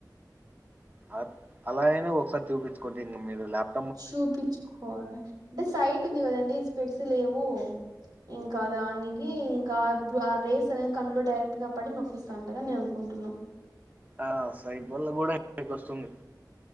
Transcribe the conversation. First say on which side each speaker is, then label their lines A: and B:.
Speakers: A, on the right (about 20°); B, on the right (about 65°).
A: ఆ అలాగైనా ఒకసారి చూపించ్చుకోండి ఇన్ మీరు ల్యాప్
B: చూపించుకోవాలి అంటే సైట్ ఉంది కదండి స్పెట్స్ లేవు ఇంకా దానికి ఇంక్ ఆ రేస్ అనేది కళ్ళు డైరెక్ట్ గా పడి నొప్పిస్తా ఉంటగాని నేను అనుకుంటున్నాను
A: ఆ సైట్ వల్ల కూడా హెడ్ ఎక్ వస్తుంది